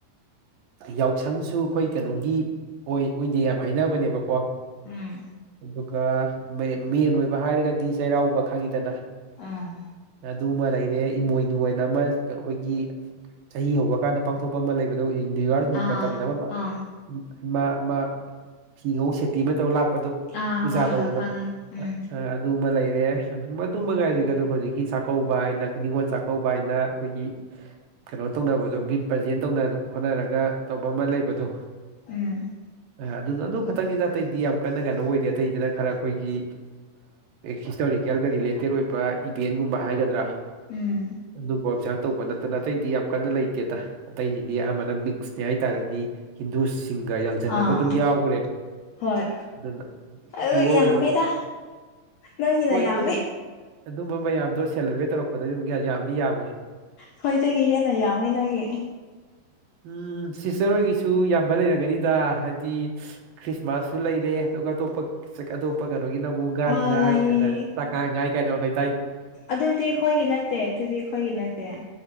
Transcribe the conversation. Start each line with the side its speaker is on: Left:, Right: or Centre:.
Right: ꯌꯥꯎꯁꯪꯁꯨ ꯑꯩꯈꯣꯏ ꯀꯩꯅꯣꯒꯤ ꯑꯣꯏ ꯑꯣꯏꯗꯦ ꯌꯥꯝ ꯍꯥꯏꯅꯕꯅꯦꯕꯀꯣ
Left: ꯎꯝ
Right: ꯑꯗꯨꯒ ꯃꯦꯟ ꯑꯣꯏꯕ ꯍꯥꯏꯔꯒꯗꯤ ꯆꯩꯔꯥꯎꯕ ꯈꯪꯉꯤꯗꯅ
Left: ꯎꯝ
Right: ꯑꯗꯨꯨꯃꯥ ꯂꯩ ꯔꯦ ꯏꯃꯣꯏꯅꯨ ꯍꯥꯏꯅ ꯥꯑꯃ ꯑꯩꯈꯣꯏꯒꯤ ꯆꯍꯤ ꯍꯧꯕ ꯀꯥꯟꯗ ꯄꯥꯡꯊꯣꯛꯄ ꯑꯃ ꯂꯩꯕꯗꯣ ꯅ꯭ꯌꯨ ꯌꯥꯔ
Left: ꯑꯥ
Right: ꯃꯇꯝꯗꯥ ꯑꯃꯥ
Left: ꯑꯥ
Right: ꯏꯃꯥ ꯑꯃꯥ ꯐꯤꯉꯧ ꯁꯦꯠꯄꯤ ꯑꯃꯥ ꯇꯧꯔ ꯂꯥꯛꯄꯗꯣ
Left: ꯑꯥ
Right: ꯄꯨꯖꯥ
Left: ꯍꯣꯏ
Right: ꯇꯧꯕꯗꯣ
Left: ꯍꯣꯏ ꯈꯪꯉꯦ
Right: <unintelligible>
Left: ꯎꯝ
Right: ꯑꯗꯨꯃꯥ ꯂꯩꯔꯦ ꯑꯗꯨ ꯃꯗꯨ ꯃꯉꯥꯏꯔꯦ ꯑꯗꯨꯒ ꯍꯧꯖꯤꯛꯀꯤ ꯆꯥꯛꯀꯧꯕ ꯍꯥꯏꯅ ꯅꯤꯉꯣꯜ ꯆꯥꯛꯀꯧꯕ ꯍꯥꯏꯅ ꯑꯈꯣꯏꯒꯤ ꯀꯩꯅꯣ ꯇꯧꯅꯕꯗꯣ ꯒꯤꯐ ꯄ꯭ꯔꯖꯦꯟ ꯇꯧꯅꯥ ꯈꯣꯠꯅꯔꯒꯥ ꯇꯧꯕ ꯑꯃ ꯂꯩꯕꯗꯣ
Left: ꯎꯝ
Right: ꯑꯥ ꯑꯗꯨ ꯑꯗꯨ ꯈꯥꯇꯪꯅꯤꯗ ꯑꯇꯩꯗꯤ ꯌꯥꯝ ꯀꯟꯅ ꯀꯩꯅꯣ ꯑꯣꯏꯗꯦ ꯑꯇꯩꯗꯅ ꯈꯔꯥ ꯑꯩꯈꯣꯏꯒꯤ ꯍꯤꯁꯇꯣꯔꯤꯀꯦꯜꯒꯥ ꯔꯤꯂꯦꯇꯦꯠ ꯑꯣꯏꯕ ꯏꯚꯦꯟꯒꯨꯝꯕ ꯍꯥꯏꯒꯗ꯭ꯔꯥ
Left: ꯎꯝ
Right: ꯑꯗꯨꯝꯕ ꯑꯣꯞꯖꯥꯞ ꯇꯧꯕ ꯅꯠꯇꯅ ꯑꯇꯩꯗꯤ ꯌꯥꯝ ꯀꯟꯅ ꯂꯩꯇꯦꯗ ꯑꯇꯩꯗꯤ ꯗꯤ ꯑꯌꯥꯝꯕꯥꯅꯥ ꯃꯤꯛꯁꯅꯦ ꯍꯥꯏꯇꯥꯔꯗꯤ ꯍꯤꯟꯗꯨꯁꯤꯡꯒ ꯌꯥꯡꯁꯤꯟꯅꯕ
Left: ꯑꯥ
Right: ꯑꯗꯨꯝ ꯌꯥꯎꯈ꯭ꯔꯦ
Left: ꯍꯣꯏ
Right: ꯑꯗꯨꯅ
Left: ꯑꯗꯨ
Right: ꯄꯤꯌꯣꯔ
Left: ꯌꯥꯝꯃꯦꯗꯥ
Right: ꯑꯣꯏꯕ
Left: ꯅꯣꯏꯒꯤꯅꯥ
Right: ꯍꯣꯏ
Left: ꯌꯥꯝꯃꯦ
Right: ꯑꯗꯨꯝ ꯑꯗꯨꯝꯕ ꯃꯌꯥꯝꯗꯣ ꯁꯦꯂꯦꯕ꯭ꯔꯦꯠ ꯇꯧꯔꯛꯄꯗꯥ ꯑꯗꯨ ꯌꯥꯝꯗꯤ ꯌꯥꯝꯃꯦ
Left: ꯈꯣꯏꯗꯒꯤ ꯍꯦꯟꯅ ꯌꯥꯝꯃꯦ ꯅꯣꯏꯒꯤ
Right: ꯎꯝ ꯁꯤꯁꯇꯔ ꯍꯣꯏꯒꯤꯁꯨ ꯌꯥꯝꯕ ꯂꯩꯔꯒꯅꯤꯗ ꯍꯥꯏꯗꯤ ꯈ꯭ꯔꯤꯁꯃꯥꯁꯁꯨ ꯂꯩꯔꯦ ꯑꯗꯨꯒ ꯑꯇꯣꯞꯄꯥ ꯑꯇꯣꯞꯄ ꯀꯩꯅꯣꯒꯤꯅ ꯑꯃꯨꯛ ꯒꯥꯟ
Left: ꯑꯥ
Right: ꯉꯥꯏ
Left: ꯂꯩꯌꯦ
Right: ꯀꯩꯅ ꯆꯀꯥꯟ ꯉꯥꯏ ꯀꯥꯏꯅꯥ ꯂꯩꯗꯨꯗꯤ
Left: ꯑꯗꯨꯗꯤ ꯈꯣꯏꯒꯤ ꯅꯠꯇꯦ ꯑꯗꯨꯗꯤ ꯈꯣꯏꯒꯤ ꯅꯠꯇꯦ